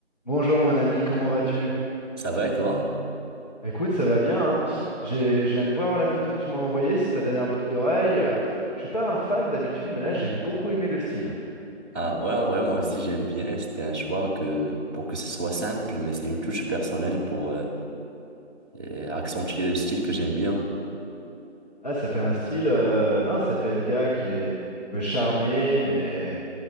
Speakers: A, on the left; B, on the right.
A: Bonjour mon ami, comment vas-tu?
B: Ça va et toi?
A: Bah, Écoute, ça va bien, hein. J'ai, je viens de voir la photo que tu m'as envoyée, c'est ta dernière boucle d'oreille. Euh, Je suis pas un fan d'habitude, mais là j'ai beaucoup aimé le style.
B: Ah ouais, en vrai, moi aussi j'aime bien. C'était un choix que pour que ce soit simple, mais c'est une touche personnelle pour euh, euh, accentuer le style que j'aime bien.
A: Là, ça fait un style, euh, non, ça fait le gars qui est- qui veut charmer, mais